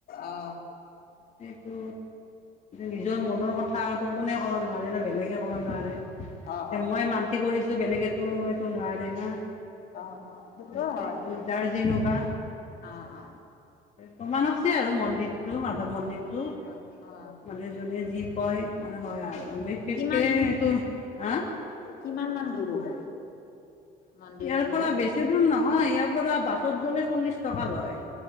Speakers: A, on the left (about 65°); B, on the left (about 45°).
A: অ
B: সেইটো নিজৰ মনৰ কথাটো কোনে ক'ব নোৱাৰে না বেলেগে ক'বা নোৱাৰে
A: অ অ
B: এ
A: অ অ
B: মই মান্তি কৰিছো বেলেগটো এইটো নোৱাৰে না
A: অ সেইটোও
B: সেইটো
A: হয়
B: যাৰ যেনেকুৱা
A: অ অ
B: প্ৰমান আছে আৰু মন্দিৰটো মাধৱ মন্দিৰটো
A: অ অ
B: মানে যোনে যি কয় মানে হয় আৰু বিশেষকে
A: কিমান
B: এইটো হা
A: কিমান মান দূৰ হ'ব মন্দিৰলৈ
B: ইয়াৰ পৰা বেছি দূৰ নহয় ইয়াৰ পৰা বাছত গলে চল্লিশ টকা লয়